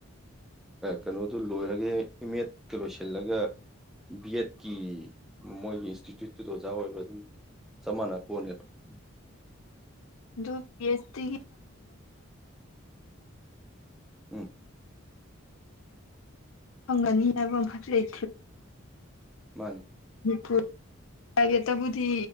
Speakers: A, in the centre; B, on the left (about 70°).
A: ꯀꯩꯅꯣꯗꯨ ꯂꯣꯏꯔꯒꯦ ꯏꯃꯦꯗꯠꯇ ꯂꯣꯏꯁꯤꯜꯂꯒ ꯕꯤ ꯑꯦꯠꯀꯤ ꯃꯣꯏꯒꯤ ꯏꯟꯁꯇꯤꯇ꯭ꯌꯨꯠꯇꯨꯗ ꯑꯣꯖꯥ ꯑꯣꯏꯔ ꯑꯗꯨꯝ ꯆꯞ ꯃꯥꯟꯅ ꯀꯣꯟꯅꯦꯕ <unintelligible>
B: ꯁꯇꯤ
A: ꯎꯝ
B: ꯍꯒꯥꯅꯤ ꯌꯥꯕ ꯃꯥ꯭ꯔꯦ ꯏ
A: ꯃꯥꯅꯤ
B: ꯄ ꯄ꯭ꯔꯥꯏꯚꯦꯠꯇꯕꯨꯗꯤ